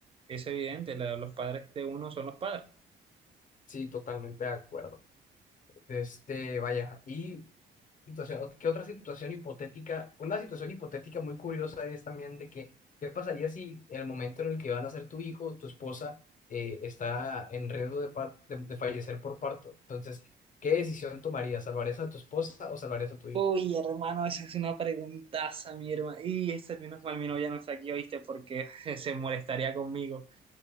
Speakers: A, on the right; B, on the left.
A: es evidente, la- los padres de uno son los padres.
B: sí, totalmente de acuerdo. Este, vaya, y situación, ¿qué otra situación hipotética? Una situación hipotética muy curiosa es también de que, ¿qué pasaría si en el momento en el que van a ser tu hijo, tu esposa, eh, está en riesgo de, par- de, de fallecer por parto? Entonces, ¿qué decisión tomarías? ¿Salvarías a tu esposa o salvarías a tu hijo?
A: Uy, hermano, esa es una preguntaza, mi hermano. Y este menos mal mi novia no está aquí, ¿oíste? Porque <laughs> se molestaría conmigo.